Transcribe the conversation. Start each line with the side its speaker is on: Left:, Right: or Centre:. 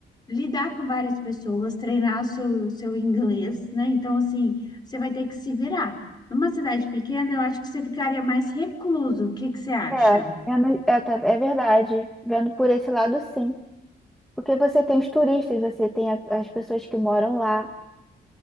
Left: lidar com várias pessoas, treinar o seu, o seu inglês, né? Então, assim, você vai ter que se virar. Numa cidade pequena, eu acho que você ficaria mais recluso. O que que você acha?
Centre: É, é, no- é tá- é verdade. Vendo por esse lado, sim. Porque você tem os turistas, você tem a- as pessoas que moram lá.